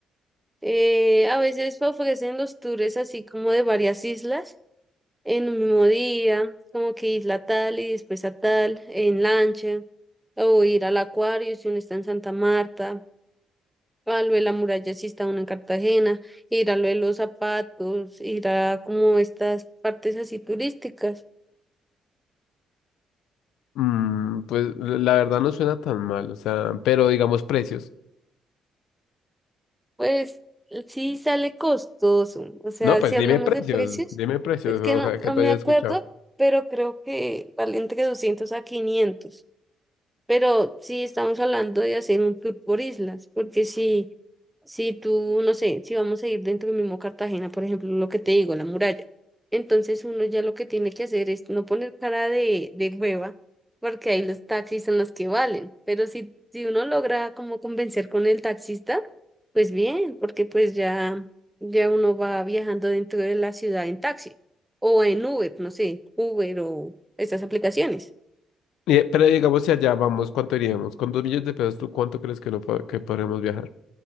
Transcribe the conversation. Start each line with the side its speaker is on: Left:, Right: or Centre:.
Centre: Eh, a veces ofrecen los tours así como de varias islas en un mismo día, como que isla tal y después a tal, en lancha. o ir al Acuario si uno está en Santa Marta, a lo de la muralla si está uno en Cartagena, ir a lo de los zapatos, ir a como estas partes así turísticas.
Left: Mm, pues la la verdad no suena tan mal, o sea, pero digamos precios.
Centre: Pues sí sale costoso, o sea,
Left: No, pues
Centre: si hablamos
Left: dime precios,
Centre: de precios,
Left: dime precios,
Centre: es que
Left: o
Centre: no,
Left: sea, que
Centre: no
Left: te
Centre: me
Left: haya
Centre: acuerdo,
Left: escuchado.
Centre: pero creo que vale entre doscientos a quinientos Pero sí estamos hablando de hacer un tour por islas, porque si, si tú, no sé, si vamos a ir dentro del mismo Cartagena, por ejemplo, lo que te digo, la muralla, entonces uno ya lo que tiene que hacer es no poner cara de, de hueva, porque ahí los taxis son los que valen, pero si, si uno logra como convencer con el taxista, pues bien, porque pues ya, ya uno va viajando dentro de la ciudad en taxi o en Uber, no sé, Uber o estas aplicaciones.
Left: Eh, pero digamos si allá vamos, ¿cuánto iríamos? Con dos millones de pesos, ¿tú cuánto crees que, no, po- que podremos viajar?